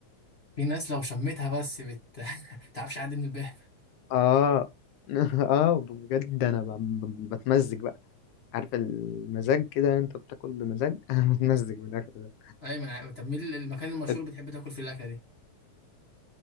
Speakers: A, on the left; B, on the left.
A: في ناس لو شمتها بس بت <laughs> تعرفش عادي من الباب
B: اه <laughs> اه بجد انا ب... ب... بتمزج بقى عارف المزاج كده انت بتاكل بمزاج <laughs> انا بتمزج بالاكل ده
A: ايوه ما انا عارف. طب مين المكان المشهور
B: أت-
A: بتحب تاكل فيه الاكله دي